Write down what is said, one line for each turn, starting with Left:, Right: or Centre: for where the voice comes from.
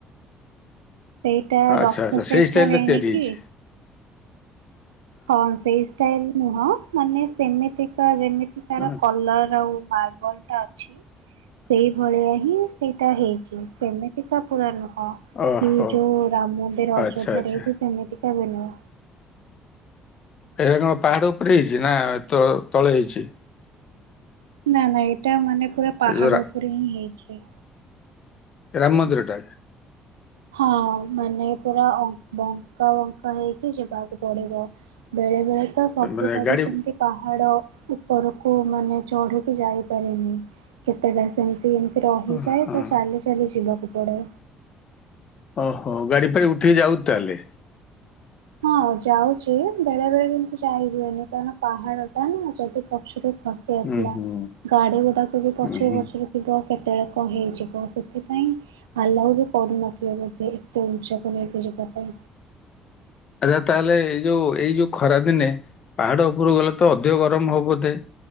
Right: ସେଇଟା
Left: ଆଚ୍ଛା
Right: ରଥ
Left: ଆଚ୍ଛା
Right: ସେପର
Left: ସେଇ ଷ୍ଟାଇଲ
Right: ହେଇନି
Left: ରେ ତିଆରି ହେଇଛି
Right: କି? ହଁ ସେଇ ଷ୍ଟାଇଲ ନୁହଁ ମାନେ ସେମିତିକା ଯେମିତି ତାର
Left: ହଁ
Right: କଲର ଆଉ ମାର୍ବଲ ଟା ଅଛି ସେଇଭଳିଆ ହିଁ ସେଇଟା ହେଇଛି ସେମିତି ସେଇଟା ପୂରା ନୁ ହଁ
Left: ଓହୋ
Right: କି ଯୋଉ ରାମ ମନ୍ଦିର
Left: ଆଚ୍ଛା
Right: ଅଯୋଧ୍ୟା
Left: ଆଚ୍ଛା
Right: ରେ ହେଇଛି ସେମିତି ତା ଭି ନୁହ
Left: ଏ କଣ ପାହାଡ ଉପରେ ହେଇଛି ନା ତ ତଳେ ହେଇଛି?
Right: ନା ନା ଏ ଏଟା ମାନେ ପୁରା ପାହାଡ
Left: ଏ ଯୋଉ ରା
Right: ଉପରେ ହିଁ ହେଇଛି।
Left: ରାମ ମନ୍ଦିରଟା
Right: ହଁ ମାନେ ପୁରା ବଙ୍କା ବଙ୍କା ହେଇକି ଯିବାକୁ ପଡିବ। ବେଳେ ବେଳେ ତ ସବୁ
Left: ମାନେ
Right: ଗାଡ଼ି
Left: ଗାଡି
Right: ସେମିତି ପାହାଡ଼ ଉପରକୁ ମାନେ ଚଢ଼ିକି ଯାଇପାରେନି କେତେଟା ସେମତି ରହିଯାଏ
Left: ଅ ହଁ
Right: ତ ଚାଲି ଚାଲି ଯିବାକୁ ପଡ଼େ
Left: ଓହୋ ଗାଡି ଫାଡି ଉଠିକି ଯାଉଚି ତାହେଲେ
Right: ହଁ ଯାଉଚି ବେଳେ ବେଳେ କିନ୍ତୁ ଯାଇ ହୁଏନି କାରଣ ପାହାଡ ଟା ନା ଯଦି ପଛୁରୁ ଖସି ଆସିଲା
Left: ହୁଁ ହୁଁ
Right: ଗାଡି ଗୁଡାକୁ ବି ପଛୁରୁ
Left: ହୁଁ ହୁଁ
Right: ପଛୁରୁ ଥିବ କେତେ କେତେବେଳେ କଣ ହେଇଯିବ ସେଥିପାଇଁ ଆଲାଉ ବି କରୁନଥିବେ ବୋଧେ ଏତେ ଉଞ୍ଚାକୁ ନେଇକି ଯିବା ପାଇଁ
Left: ଆଚ୍ଛା ତାହେଲେ ଏଇ ଯୋଉ ଏଇ ଯୋଉ ଖରା ଦିନେ ପାହାଡ ଉପରୁ ଗଲେ ତ ଅଧିକ ଗରମ ହବ ବୋଧେ।